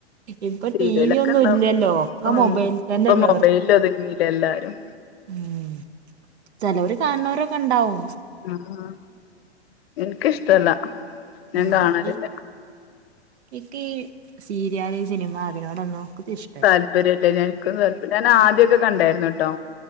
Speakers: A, on the right (about 70°); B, on the left (about 60°).
A: ഇപ്പൊ
B: സീരിയലൊക്കെ
A: ടി വി ഒന്നും
B: ഇണ്ടാവും
A: ഇല്ലല്ലോ ഒക്കെ മൊബൈലിൽ
B: മ്മ് ഇപ്പൊ
A: തന്നെല്ലേ
B: മൊബൈല്ല് ഒതുങ്ങീലെ എല്ലാരും
A: മ്മ് ചെലോര് കാണുന്നോരൊക്കെ ഇണ്ടാവും
B: ആഹ് എനിക്ക് ഇഷ്ടല്ല ഞാൻ
A: ഉം
B: കാണലില്ല
A: ഈ ഇക്ക് ഈ സീരിയാല്, സിനിമ അതിനോടോന്നും <unintelligible>
B: താല്പര്യല്ല എനിക്കും താല്പര്യം ഞാൻ ആദ്യക്കെ കണ്ടായിരുന്നുട്ടോ